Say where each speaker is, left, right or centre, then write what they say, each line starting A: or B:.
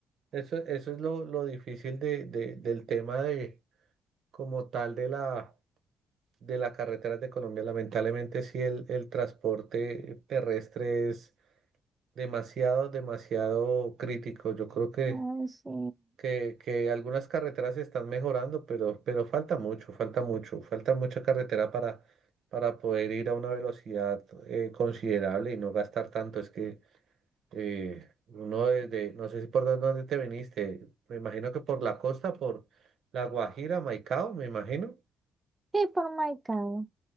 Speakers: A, on the right; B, on the right.
A: Eso, eso es lo, lo difícil de, de- del tema de, como tal, de la, de las carreteras de Colombia. Lamentablemente, sí, el, el transporte terrestre es demasiado, demasiado crítico. Yo creo que,
B: ay, sí.
A: que, que algunas carreteras se están mejorando, pero, pero falta mucho, falta mucho, falta mucha carretera para, para poder ir a una velocidad eh, considerable y no gastar tanto. Es que eh, uno desde, no sé si por dónde dónde te viniste, me imagino que por la costa, por La Guajira, Maicao, me imagino.
B: Sí, por my God.